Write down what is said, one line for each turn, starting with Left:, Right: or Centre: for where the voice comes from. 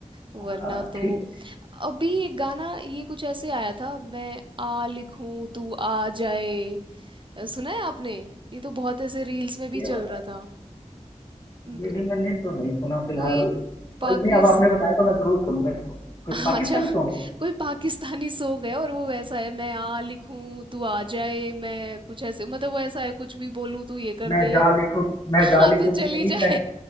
Right: वरना
Left: हाँ,
Right: तो
Left: ठीक है ठीक
Right: अभी एक गाना ये कुछ ऐसे आया था मैं आ लिखूं तू आ जाए अ, सुना है आपने ये तो बहुत ऐसे रील्स में भी
Left: है, ये
Right: चल
Left: बात
Right: रहा
Left: आप
Right: था म,
Left: ये मैंने तो नहीं सुना फिलहाल
Right: कोई पाकिस
Left: कोई नहीं अब आपने बताया तो मैं जरूर सुनूंगा इसको कोई
Right: <laughs>
Left: पाकिस्तानी
Right: अच्छा
Left: सॉन्ग है
Right: कोई पाकिस्तानी सॉन्ग है और वो वैसा है मैं आ लिखूं तू आ जाए मैं कुछ ऐसे मतलब वो ऐसा है कुछ भी बोलूं तू ये कर
Left: मैं
Right: दे
Left: जा लिखूं मैं जा
Right: हाँ
Left: लिखूं
Right: तो चली
Left: तो चली जाए
Right: जाए